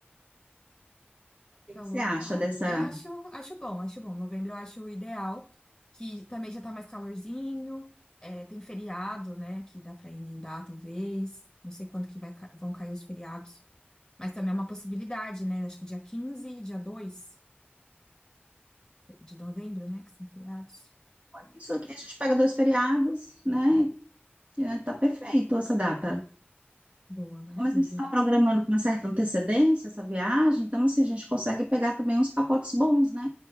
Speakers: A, on the right (about 35°); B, on the left (about 15°).
A: que
B: Tá
A: que
B: lotado.
A: você acha dessa?
B: Eu acho, acho bom, acho bom. Novembro eu acho ideal, que também já tá mais calorzinho, é, tem feriado, né, que dá pra emendar, talvez. Não sei quando que vai, ca- vão cair os feriados, mas também é uma possibilidade, né? Acho que dia 15, e dia 2 de novembro, né, que são feriados.
A: Isso aqui a gente pega dois feriados, né? e, é, Tá perfeito essa data.
B: Boa, maravilha.
A: Como a gente está programando com uma certa antecedência essa viagem, então assim, a gente consegue pegar também uns pacotes bons, né?